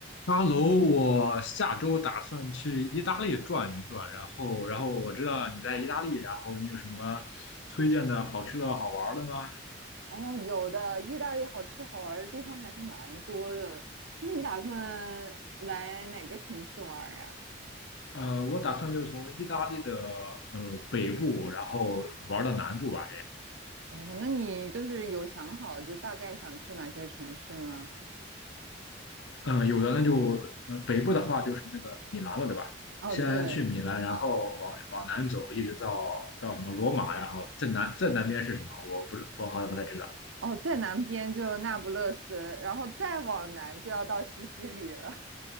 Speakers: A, on the left (about 70°); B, on the right (about 80°).
A: 哈喽，我下周打算去意大利转一转，然后，然后我知道你在意大利，然后你有什么推荐的好吃的好玩儿的吗？
B: 哦，有的，意大利好吃好玩的地方还是蛮多的。那你打算来哪个城市玩儿呀？
A: 呃，我打算就从意大利的呃北部，然后玩到南部吧，
B: 哦，那你就是有想好就大概想去哪些城市吗？
A: 这样。嗯、有的那就呃北部的话就是那个米兰了，对吧？
B: 哦，
A: 先去米兰，
B: 对，
A: 然后往往南走，一直到到什么罗马，然后再南再南边是什么？我不是我好像不太知道。
B: 哦，在南边就那不勒斯，然后再往南就要到西西里了。